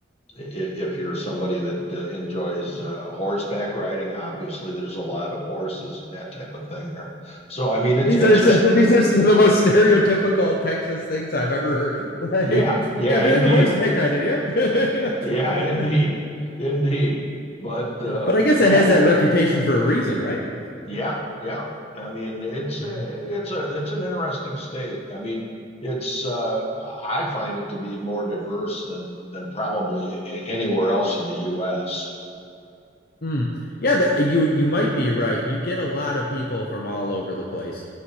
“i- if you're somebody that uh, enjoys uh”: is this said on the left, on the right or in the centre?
Left